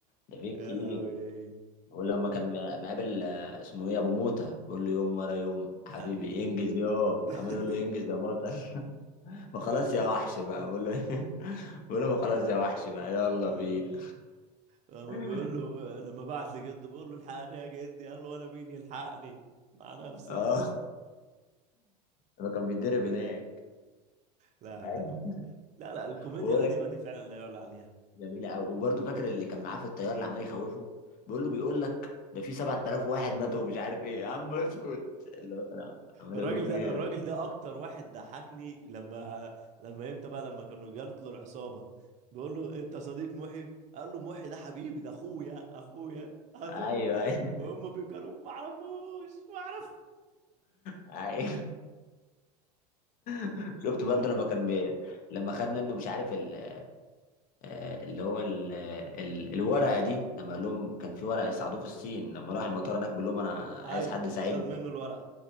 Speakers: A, on the left; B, on the right.
A: ده في كتير
B: يا لهوي
A: ولما كان مقابل آه، اسمه ايه ابو موته بيقول له يوم ورا يوم حبيبي
B: حبيبي
A: انجز يا
B: <laughs>
A: عمال يقول له انجز يا بطل <laughs> ما خلاص يا وحش بقى بقول له <laughs> بقول له ما خلاص يا وحش بقى يلا
B: اه
A: بينا
B: يا الله. لما
A: <laughs>
B: بيقول له لما بعت لجده بيقول له الحقني يا جدي قال له انا مين يلحقني مع نفسك
A: اه هو كان بيتدرب هناك
B: لا لا
A: ايوه
B: لا لا الكوميديا
A: ويقول
B: القديمه
A: لك
B: دي فعلا لا يعلى عليها
A: جميله قوي وبرضه فاكر اللي كان معاه في الطياره اللي عمال يخوفه بيقول له بيقول لك ده في 7000 واحد ماتوا ومش عارف ايه يا عم اسكت اللي هو كان عمال
B: الراجل
A: يقول له في
B: ده
A: إيه؟
B: الراجل ده اكتر واحد ضحكني لما لما امتى بقى لما كانوا جات له العصابه بيقول له انت صديق محي قال له محي ده حبيبي ده اخويا اخويا هاتوه
A: ايوه ايوه
B: وهم بيكرموا ما اعرفوش ما اعرف
A: ايوه <laughs> شفت
B: يا
A: برضه
B: خرابي
A: لما كان بي... لما خد منه مش عارف ال... آه، اللي هو ال... ال... الورقه دي لما قال لهم كان في ورقه يساعدوه في الصين لما راح المطار هناك بيقول لهم انا عايز
B: ايوه
A: حد
B: لما
A: يساعدني
B: خد منه الورقه